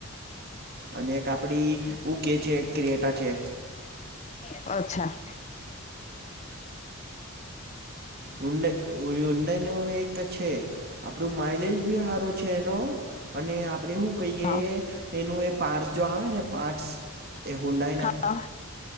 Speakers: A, on the right; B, on the left.
A: અને એક આપડી ઉ કે છે કેટા છે
B: અચ્છા
A: હમહુંડાઈનું એક છે આપણું માઇલેજ બી સારો છે એનો અને આપણેે શું કહીએ
B: હા
A: એનું એ પાર્ટ જો આવે ને પાર્ટસ એ હુંડાયના
B: હા